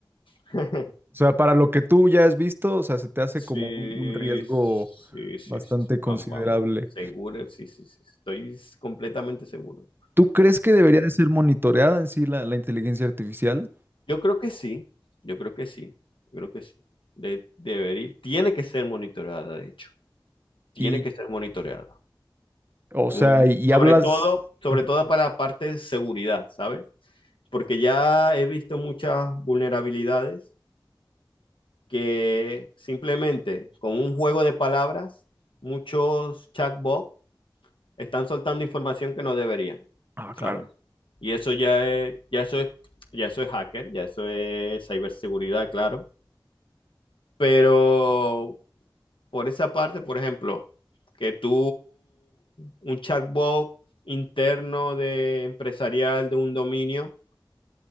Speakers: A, on the left; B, on the right.
A: <laughs>
B: o sea, para lo que tú ya has visto, o sea, se te hace
A: Sí,
B: como un, un riesgo
A: sí, sí,
B: bastante
A: sí, sí,
B: considerable.
A: vamos, vamos, seguro, sí, sí, sí, estoy completamente seguro.
B: ¿Tú crees que debería de ser monitoreada en sí la, la inteligencia artificial?
A: Yo creo que sí, yo creo que sí, yo creo que sí. De, debería, tiene que ser monitoreada, de hecho, tiene
B: Y,
A: que ser monitoreada.
B: o sea,
A: Muy,
B: y, y
A: sobre
B: hablas...
A: todo, sobre
B: Ujú.
A: todo para la parte de seguridad, ¿sabes? Porque ya he visto muchas vulnerabilidades que simplemente con un juego de palabras, muchos chatbots están soltando información que no deberían,
B: Ah,
A: ¿sabes?
B: claro,
A: Y eso ya es, ya eso es, ya eso es hacker, ya eso es ciberseguridad, claro Pero por esa parte, por ejemplo, que tú, un chatbot interno de empresarial de un dominio,